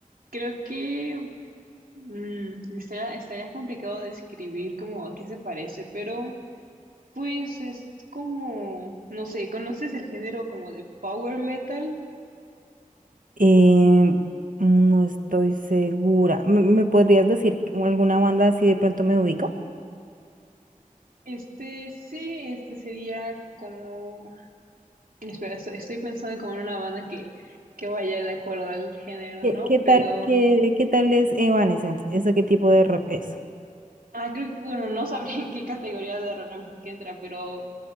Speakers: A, on the right; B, on the right.
A: creo que Mm, estaría, estaría complicado describir como a qué se parece, pero pues es como, no sé, ¿conoces el género como de power metal?
B: Eh, no estoy segura. ¿Me, me podrías decir alguna banda así de pronto me ubico?
A: Este sí, este sería como, espera, estoy, estoy pensando como en una banda que, que vaya de acuerdo al género,
B: ¿Qué,
A: ¿no?
B: qué tal,
A: Pero,
B: qué, qué tal es Evanescence? ¿Eso qué tipo de rock es?
A: ah, creo que, bueno, no sabría en qué categoría de rock que entra, pero